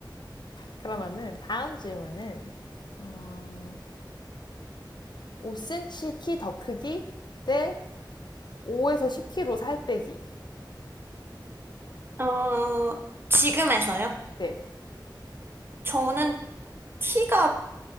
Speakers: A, on the left; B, on the right.
A: 그러면은 다음 질문은 어, 5cm 키 더 크기 대 5에서 10kg 살 빼기.
B: 어, 지금에서요?
A: 네.
B: 저는 키가